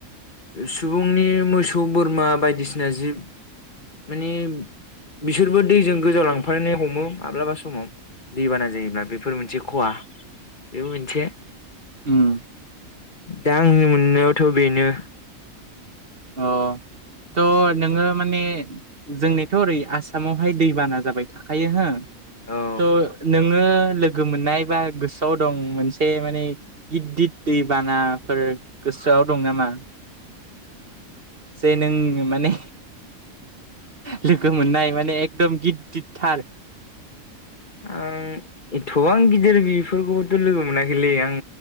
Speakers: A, on the left; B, on the right.
A: सुबुंनि मोसौ बोरमा बायदिसिना जिब माने बिसोरबो दैजों गोजाव लांफनो हमो माब्लाबा समाव दैबाना जायोब्ला बेफोर मोनसे खहा बेबो मोनसे
B: उम
A: दा आंनि मोननायावथ' बेनो
B: अ त' नोङो माने जोंनिथ' ओरै आसामावहाय दैबाना जाबाय थाखायो हो।
A: औ
B: त' नोङो लोगो मोननाय बा गोसोआव दं मोनसे माने गिदिद दै बानाफोर गोसोआव दं नामा? जे नों माने लोगो मोननाय माने एकदम गिददिदथार
A: आं एथ'बां गिदिर बेफोरखौथ' लोगो मोनाखैलै आं